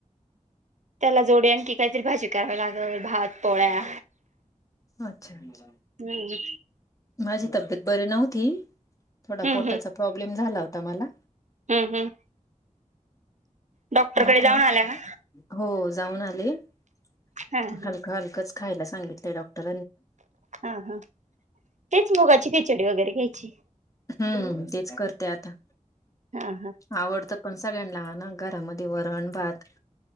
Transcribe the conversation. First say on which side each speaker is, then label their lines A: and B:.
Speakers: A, on the right; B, on the left.
A: त्याला जोडे आणखी काहीतरी भाजी का लाग भात प्या
B: अच्छा अच्छा
A: हम्.
B: माझी तब्येत बरी नव्हती थोडा
A: हम्म
B: पोटाचा
A: हम्म
B: प्रॉब्लेम झाला होता मला
A: हम्म हम्म. डॉक्टरकडे
B: मता
A: जाऊन
B: हो.
A: आला का
B: आ ह
A: हा हा
B: हच खायला सांगितडॉक्र
A: हा हा तेच मुगाची खिचडी वगैरे खायची.
B: हम्म तेच करते आता
A: हा हा
B: आवडतं पण सगळ्यांना ना घरामध्ये वरण भात.